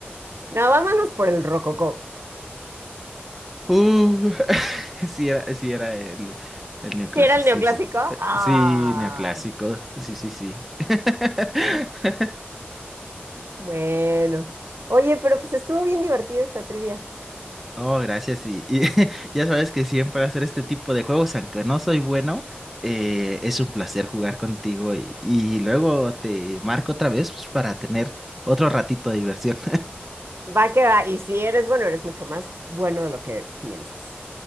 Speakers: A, on the right; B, in the centre.
A: No, vámonos por el rococó.
B: Uh, <laughs> sí era, sí era el, el neoclasicismo.
A: Si era el neoclásico?
B: Eh,
A: Ay,
B: Sí, neoclásico. Sí, sí, sí. <laughs>
A: bueno. Oye, pero pues estuvo bien divertida esta trivia.
B: Oh, gracias. Y, y <laughs> ya sabes que siempre hacer este tipo de juegos, aunque no soy bueno, eh, es un placer jugar contigo. Y, y luego te marco otra vez, pues, para tener otro ratito de diversión.
A: Va que va. Y si eres bueno, eres mucho más bueno de lo que piensas.